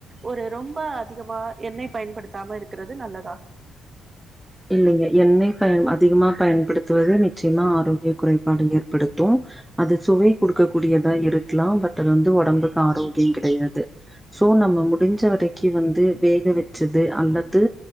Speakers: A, on the right (about 25°); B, in the centre.
A: ஒரு ரொம்ப அதிகமா எண்ணய் பயன்படுத் சாம இருக்குறது நல்லதா
B: இல்லிங்க எண்ணய் பயம் அதிகமா பயன்படுத்துவது மிச்யமா ஆரோக்ய குறைப்பாடு ஏர்படுத்து அது சுவை குடுக்க கூடியதா இருக்லா பட் டுருந்து ஒடம்புக் ஆரோக்ங்கிடையாது சோ நம்ம முடிஞ்ச வதக்கி வந்து வேக வெச்சது அந்தது